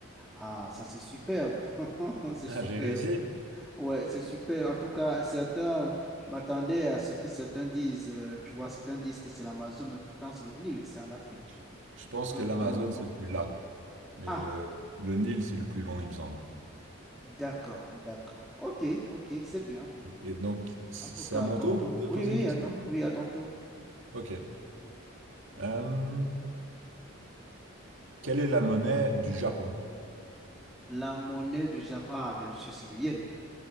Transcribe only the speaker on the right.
Ah,
j'ai réussi.
Je je pense
que l'Amazone,
c'est le plus large. Mais
le, le Nil, c'est le plus long, il me semble.
Et donc, c-
c'est
à mon
tour de
poser
une question?
Ok. Euh, quelle est la monnaie du Japon?